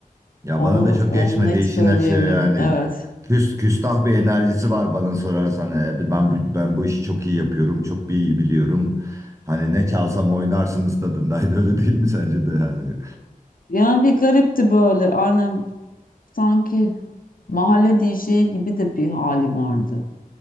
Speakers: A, on the right (about 20°); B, on the left (about 70°).
A: Ya
B: Onu,
A: bana da çok
B: onu
A: geçmedi
B: net
A: işin
B: söyleyebilirim.
A: açığı yani.
B: Evet.
A: Küs, küstah bir enerjisi var bana sorarsan. E, ben, bu- ben bu işi çok iyi yapıyorum, çok iyi biliyorum. Hani ne çalsam oynarsınız tadındaydı <laughs> öyle değil mi sence de yani?
B: Yani bir garipti böyle. Aynen sanki mahalle DJ'i gibi de bir hali vardı.